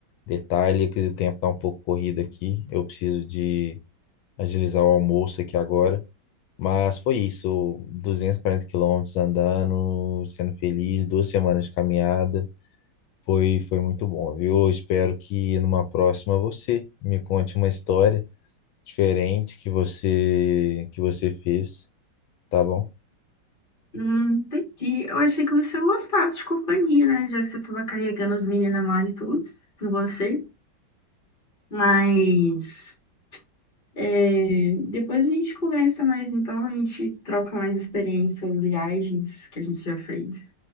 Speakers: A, on the left (about 85°); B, on the left (about 25°).
A: detalhe que o tempo tá um pouco corrido aqui. Eu preciso de agilizar o almoço aqui agora. Mas foi isso, Duzentos e quarenta quilômetros andando, sendo feliz, duas semanas de caminhada. Foi, foi muito bom, viu? Eu espero que numa próxima você me conte uma história diferente que você que você fez, tá bom?
B: Hum, entendi. Eu achei que você gostasse de companhia, né? Já que você estava carregando as meninas lá e tudo com você. Mas é, depois a gente conversa mais, então a gente troca mais experiência, viagens que a gente já fez.